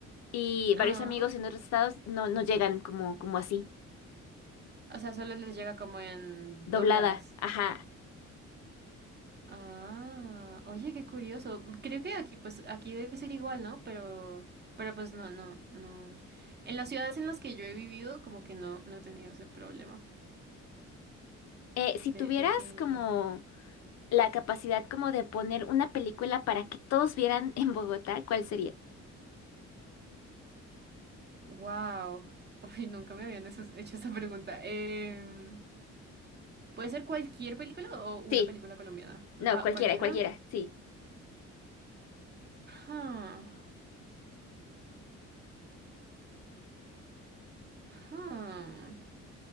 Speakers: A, on the left (about 60°); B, on the right (about 35°).
A: Y
B: Ah,
A: varios amigos en otros estados no, no llegan como, como así,
B: o sea, solo les llega como en
A: doblada.
B: dobladas.
A: Ajá.
B: Ah, oye, qué curioso. Creo que aquí, pues, aquí debe ser igual, ¿no? Pero, pero pues no, no, no. En las ciudades en las que yo he vivido, como que no, no he tenido ese problema
A: Eh, si tuvieras
B: de, de que,
A: como la capacidad como de poner una película para que todos vieran en Bogotá, ¿cuál sería?
B: wow, <laughs> uy, nunca me habían eso- hecho esa pregunta. Em, ¿puede ser cualquier película o una
A: Sí,
B: película colombiana? Ah,
A: no, cualquiera,
B: ¿cualquiera?
A: cualquiera, sí.
B: Ah, ah.